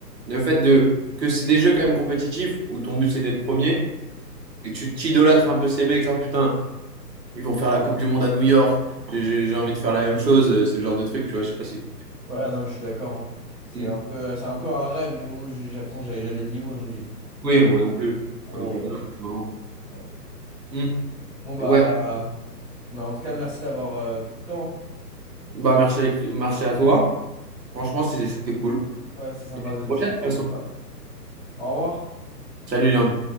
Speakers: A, on the right; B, in the centre.
A: Le fait de que c'est des jeux quand même compétitifs, où ton but c'est d'être premier, et tu t'idolâtres un peu ces mecs, hein, putain, ils vont faire la Coupe du Monde à New York, j'ai j'ai- j'ai envie de faire la même chose, euh, ce genre de truc, tu vois. Je sais pas si.
B: Ouais, non, mais je suis d'accord. hein. C'est
A: Mm.
B: un peu, c'est un peu un rêve, mais bon, j'ai- j'ai- de toute façon, j'avais jamais le niveau, donc j'ai
A: Oui, moi non plus.
B: trop.
A: Moi non plus. Non,
B: euh,
A: non.
B: voilà.
A: Mm.
B: Bon, bah,
A: Ouais,
B: euh, bah, en tout cas, merci d'avoir euh, pris le temps. hein.
A: bah, merci, avec- merci à toi. Franchement,
B: Ouais,
A: c'est- c'était cool.
B: c'est sympa
A: Et à la
B: de
A: prochaine,
B: discuter
A: de toute façon.
B: sur ça. Au revoir.
A: Salut,
B: Salut.
A: Léon.